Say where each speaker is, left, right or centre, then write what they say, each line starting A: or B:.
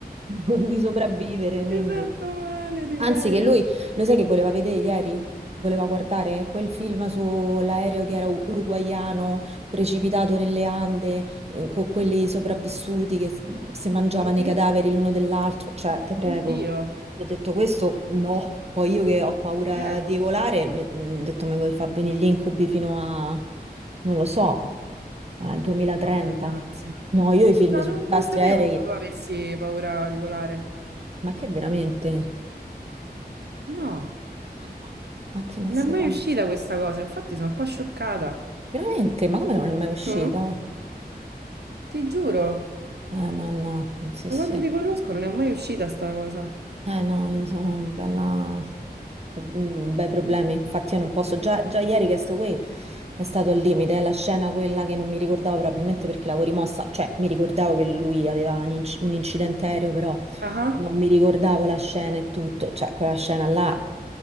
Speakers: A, on the right; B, on the right.
A: di sopravvivere, quindi...
B: Mi sento male, ti
A: Anzi,
B: prego.
A: che lui, lo sai che voleva vedere ieri? Voleva guardare quel film sull'aereo che era u- uruguaiano, precipitato nelle Ande, eh, con quelli sopravvissuti che s- si mangiavano
B: Mhm.
A: i cadaveri l'uno dell'altro. Cioè, te prego.
B: Oddio,
A: Gli ho detto questo? No. Poi io che ho paura
B: ti prego.
A: di volare, mi- mm, ho detto mi vuoi far venire gli incubi fino a, non lo so, al 2030.
B: Madonna, che ansia.
A: No, io i film
B: No,
A: sui
B: non,
A: disastri
B: non sapevo
A: aerei,
B: che tu avessi paura di volare.
A: ma che veramente?
B: No,
A: Ma no, ma che me
B: non
A: sei
B: è mai
A: pazzo?
B: uscita questa cosa, infatti sono un po' scioccata.
A: Veramente? Ma come non è mai uscita?
B: Mm, Ti giuro.
A: Eh no, no, sì
B: Da
A: sì.
B: quando ti conosco non è mai uscita sta cosa.
A: Eh no, sono bella... mm, bei problemi, infatti io non posso... Già, già ieri Castaway è stato al limite, è la scena quella che non mi ricordavo probabilmente perché l'avevo rimossa, cioè mi ricordavo che lui aveva un, inc- un incidente aereo, però
B: Ah, ah.
A: non mi ricordavo la scena e tutto, cioè quella scena là,